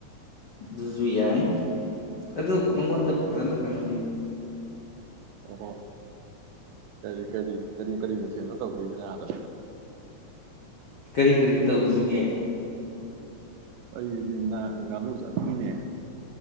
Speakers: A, on the left (about 70°); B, on the right (about 80°).
A: ꯑꯗꯨꯁꯨ ꯌꯥꯏ ꯑꯗꯨ ꯃꯉꯣꯟꯗ ꯐꯖꯅ ꯍꯪꯈꯤ
B: ꯑꯍꯣ ꯀꯔꯤ ꯀꯔꯤ ꯀꯔꯤꯣ ꯀꯔꯤ ꯃꯊꯦꯜꯅ ꯇꯧꯗꯣꯏꯁꯦ ꯉꯥꯗ
A: ꯀꯔꯤ ꯀꯔꯤ ꯇꯧꯁꯤꯒꯦ
B: ꯑꯩ ꯃꯤꯅ ꯉꯗꯣꯛ ꯆꯠꯀꯅꯤꯡꯅꯦ